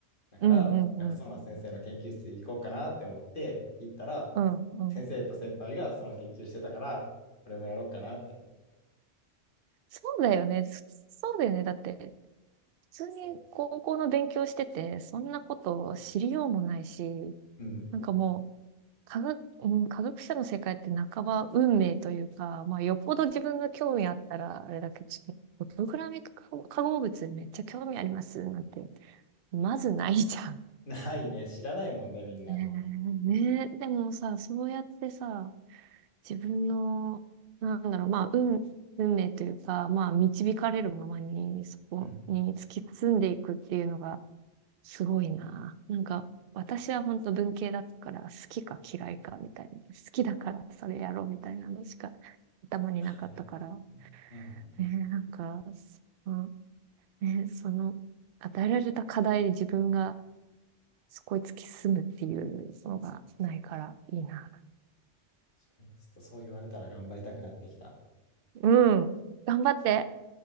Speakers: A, on the left; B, on the right.
A: だから、
B: うんうん
A: 楽そうな先生の研究室行こうかなって思って行ったら、
B: うんうん。
A: 先生と先輩がその研究してたから、俺もやろうかなって。
B: そうだよね。そそうだよね。だって、普通に高校の勉強してて、
A: そ
B: そんなことを知りようもないし、
A: う。うん。
B: なんかもう、科学、うん、科学者の世界って半ば運命というか、まあ、よっぽど自分が興味あったら、あれだけど、プログラミング化合物めっちゃ興味ありますなんて、まずないじゃん。
A: ないね。知らないもんね、みんな。
B: ねえ、
A: うん
B: ねえでもさ、そうやってさ、自分の、なんだろう、まあ、運、運命というか、まあ、導かれるままに、そこに突き進んでいくっていうのが、
A: うん。は
B: すごいな。なんか、私は本当文系だったから、好きか嫌いかみたいな。好きだからそれやろうみたいなのしか頭になかったから。
A: いはいうん。
B: ね、なんか、その、ね、その、与えられた課題で自分がそこへ突き進むっていうのがないからいいな。
A: 確かに、ちょっとそう言われたら頑張りたくなってきた。
B: うん。頑張って。